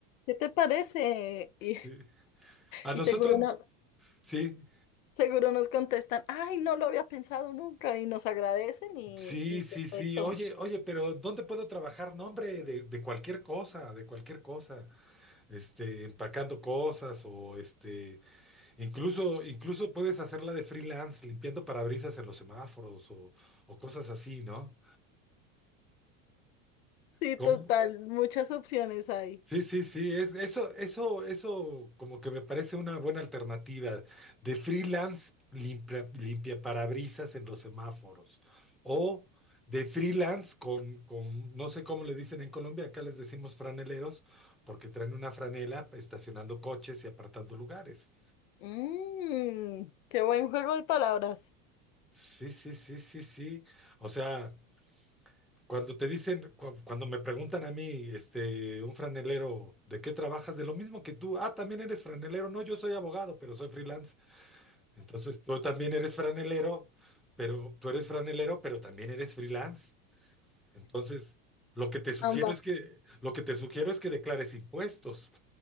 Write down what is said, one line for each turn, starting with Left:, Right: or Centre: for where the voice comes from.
Left: ¿qué te parece? Y,
Centre: Sí. A
Left: y
Centre: nosotros,
Left: seguro no,
Centre: sí,
Left: seguro nos contestan, ay, no lo había pensado nunca y nos agradecen y,
Centre: sí,
Left: y
Centre: sí,
Left: perfecto.
Centre: sí. Oye, oye, pero ¿dónde puedo trabajar? No, hombre, de, de cualquier cosa, de cualquier cosa. este, empacando cosas o este, incluso, incluso puedes hacerla de freelance, limpiando parabrisas en los semáforos o, o cosas así, ¿no?
Left: Sí,
Centre: ¿Cómo?
Left: total, muchas opciones hay.
Centre: Sí, sí, sí, es, eso, eso, eso como que me parece una buena alternativa de freelance limpia, limpia parabrisas en los semáforos o de freelance con, con, no sé cómo le dicen en Colombia, acá les decimos franeleros porque traen una franela estacionando coches y apartando lugares.
Left: Mm, qué buen juego de palabras.
Centre: Sí, sí, sí, sí, sí. O sea, cuando te dicen, cu- cuando me preguntan a mí, este, un franelero, ¿de qué trabajas? De lo mismo que tú. Ah, también eres franelero. No, yo soy abogado, pero soy freelance. Entonces, tú también eres franelero, pero tú eres franelero, pero también eres freelance. Entonces, lo que te sugiero
Left: Ambas.
Centre: es que, lo que te sugiero es que declares impuestos.